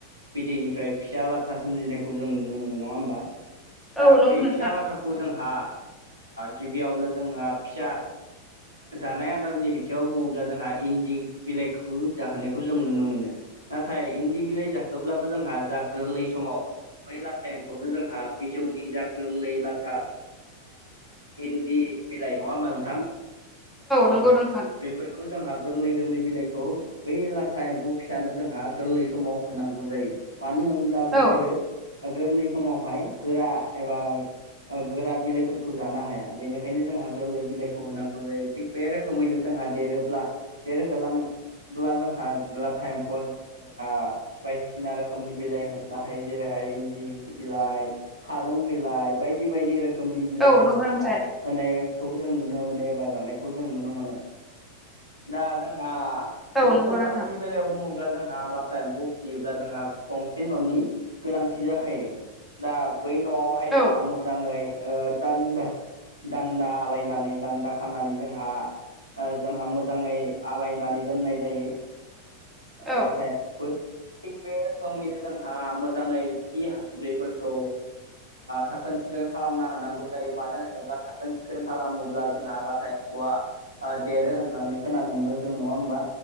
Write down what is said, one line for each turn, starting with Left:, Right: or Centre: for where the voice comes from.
Right: बिदैनिफ्राय फिसा लाथा सोमजिनायखौ खौ जों नुनो मोनो नङा होमबा दा
Centre: औ नंगौ
Right: बै
Centre: नोंथां
Right: फिसा लाथाखौ जोंहा गिबियावनो जोङो फिसा जानाय आदारनि बिथिङाव बुङोब्ला जोंहा इन्दि बिलाइखौ जाहोनायखौ जों नुनो मोनो नाथाय इन्दि बिलाइ जाखोब्लाबो जोंहा जा गोरलै समाव बै लाथा एमखौनो जोंहा बिजौनि जा गोरलै लाथा इन्दि बिलाइ नङा हा नोंथां औ
Centre: नंगौ नोंथां
Right: बेफोरखौ जोंहा गोरलै गोरलै बिनाय बै लाथा एम्फौ फिसानो जोंहा गोरलै समाव होनांगौ जायो मानो होन्ला बिसोरो
Centre: औ
Right: गोरलै समावहाय गोरा एबा गोरा बिलाइफोरखौ जानो हाया बेनिखायनो जोंहा गोरलै बिलाइखौ होनांगौ जायो थिग बे रोखोमैनो जों जोंहा देरोब्ला देरहोलां ब्ला जोंहा लाथा एम्फौआ गोजाब्ला जोंहा बायदिसिना रोखोमनि बेलाइ होनो हायो जेरैहाय इन्दि बिलाइ खारुं बिलाइ बायदि बायदि रोखोम रोखोमनि बिलाइ
Centre: औ
Right: जोंहा
Centre: नंगौ नोंथां
Right: होनायखौ जों नुनो मोनो एबा जानायखौ जों नुनो मोनो दा जोंहा
Centre: औ
Right: जोथोन
Centre: नंगौ
Right: लानायनि
Centre: नोंथां
Right: बेलायाव बुङोब्ला जोंहा लाथा एम्फौ फिसियोब्ला जोंहा गंसे न'नि गोनांथि जाखायो दा बै न'आवहाय जोंहा
Centre: औ
Right: मोजाङै दानद दान्दालायनानै दान्दा खानानै जोंहा जोंहा मोजाङै आलायनानै दोननाय जायो
Centre: औ
Right: लाथायो थिग बे रोखोमैनो जोंहा मोजाङै हासुदैफोरखौ साखोन सिखोन खालाम नांगौ जायो मानो होनोब्ला साखोन सिखोन खालामोब्ला जोंहा लाथा एम्फौआ ओ देरो होननानै खोनानो मोनो जोङो नङा होमबा